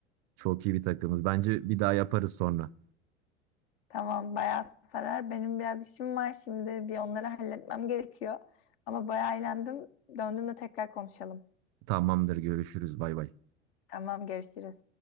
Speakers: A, on the right; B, on the left.
A: Çok iyi bir takımız. Bence bir daha yaparız sonra.
B: Tamam bayağı sarar. Benim biraz işim var şimdi bir onları halletmem gerekiyor. Ama bayağı eğlendim. Döndüğümde tekrar konuşalım.
A: Tamamdır. Görüşürüz. Bay bay.
B: Tamam görüşürüz.